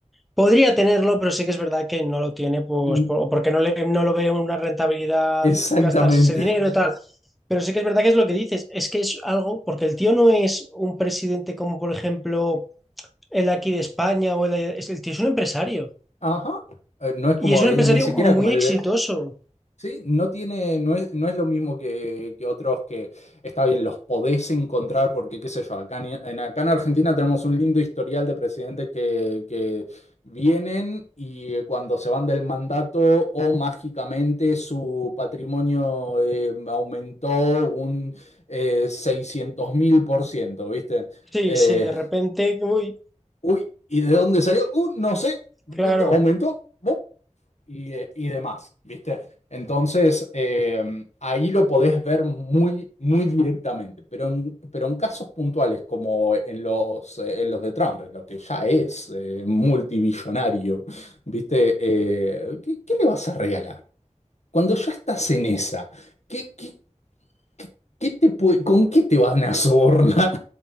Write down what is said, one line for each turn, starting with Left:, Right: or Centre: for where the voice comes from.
Centre: Podría tenerlo, pero sí que es verdad que no lo tiene, pues,
Left: <laughs>
Centre: por- o porque no le, no lo ve una rentabilidad
Left: Exactamente.
Centre: gastarse ese dinero y tal. Pero sí que es verdad que es lo que dices, es que es algo, porque el tío no es un presidente como, por ejemplo, el de aquí de España, o el, de- es- el tío es un empresario.
Left: Ajá. Eh, No es como,
Centre: Y es un
Left: ni
Centre: empresario
Left: siquiera
Centre: muy
Left: como el,
Centre: exitoso.
Left: Sí, no tiene, no es, no es lo mismo que, que otros que está bien, los podés encontrar porque, qué sé yo, acá en, en- acá en Argentina tenemos un lindo historial de presidentes que, que vienen y eh, cuando se van del mandato o mágicamente su patrimonio eh, aumentó un eh, 600 mil por ciento, ¿viste?
Centre: Sí,
Left: Eh,
Centre: sí, de repente, uy,
Left: uy, ¿y de dónde salió? Uh, no sé,
Centre: claro.
Left: aumentó y, y demás, ¿viste? Entonces, eh, ahí lo podés ver muy, muy directamente, pero en, pero en casos puntuales como en los, eh, en los de Trump, en lo que ya es eh, multibillonario, ¿viste? Eh, ¿qué, qué le vas a regalar? Cuando ya estás en esa, ¿qué, qué, qué- qué te pu- ¿con qué te van a sobornar?